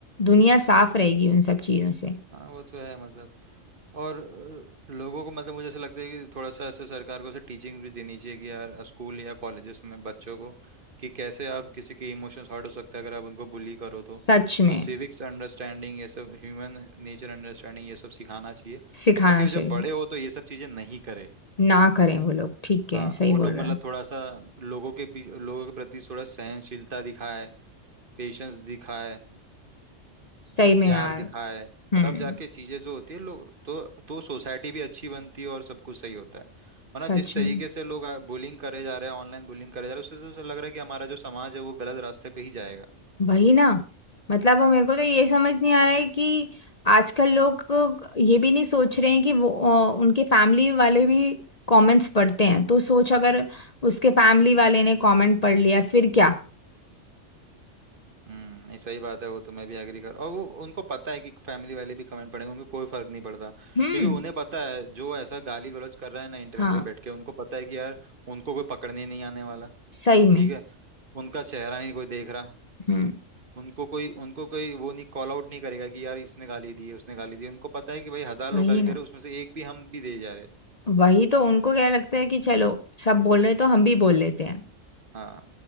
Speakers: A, on the left; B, on the right.
A: दुनिया साफ रहेगी उन सब चीजों से
B: हाँ वो तो है मतलब और अ, लोगों को मतलब मुझे ऐसा लगता है कि थोड़ा सा ऐसे सरकार को ऐसे टीचिंग भी देनी चाहिए कि यार स्कूल या कॉलेजेस में बच्चों को कि कैसे आप किसी के इमोशंस हर्ट हो सकते हैं अगर आप उनको बुली करो तो
A: सच में
B: तो सिविक्स अंडरस्टैंडिंग ये सब ह्यूमन नेचर अंडरस्टैंडिंग ये सब सिखाना चाहिए
A: सिखाना
B: ताकि वो
A: चाहिए
B: जब बड़े हो तो ये सब चीज़ें नहीं करे
A: ना करें वो लोग ठीक है
B: हाँ
A: सही
B: वो
A: बोल
B: लोग
A: रहा
B: मतलब
A: है
B: थोड़ा सा लोगों के बीच लोगों के प्रति थोड़ा सहनशीलता दिखाए पेशेंस दिखाए
A: सही में
B: प्यार
A: यार
B: दिखाए
A: हम्म
B: तब जाके चीजें जो होती है लोग तो तो सोसाइटी भी अच्छी बनती है और सब कुछ सही होता है वरना
A: सच
B: जिस तरीके
A: में
B: से लोग बुलिंग करे जा रहे हैं ऑनलाइन बुलिंग करे जा रहे हैं उससे तो लग रहा है कि हमारा जो समाज है वो गलत रास्ते पे ही जाएगा
A: वही ना मतलब मेरे को तो ये समझ नहीं आ रहा है कि आजकल लोग को ये भी नहीं सोच रहे हैं कि वो अ, उनके फैमिली वाले भी कमेंट्स पढ़ते हैं तो सोच अगर उसके फैमिली वाले ने कमेंट पढ़ लिया फिर क्या
B: हम्म नहीं सही बात है वो तो मैं भी एग्री कर और वो उनको पता है कि फैमिली वाले भी कमेंट पढ़ेंगे उनको कोई फर्क नहीं पड़ता क्योंकि
A: हम्म
B: उन्हें पता है जो ऐसा गाली गलौज कर रहा है ना इंटरनेट
A: हाँ
B: पे बैठ के उनको पता है कि यार उनको कोई पकड़ने नहीं आने वाला
A: सही में
B: ठीक है उनका चेहरा नहीं कोई देख रहा
A: हम्म
B: उनको कोई उनको कोई वो नहीं कॉल आउट नहीं करेगा कि यार इसने गाली दी है उसने गाली दी है उनको पता है कि भाई हजार
A: वही
B: लोग गाली
A: ना
B: दे रहे हैं उसमें से एक भी हम भी दे जा रहे हैं
A: वही तो उनको क्या लगता है कि चलो सब बोल रहे तो हम भी बोल लेते हैं
B: हाँ